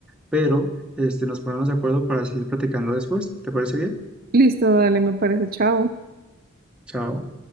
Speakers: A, in the centre; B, on the right.
A: pero este, nos ponemos de acuerdo para seguir platicando después. ¿Te parece bien?
B: Listo, dale, me parece, chao.
A: Chao.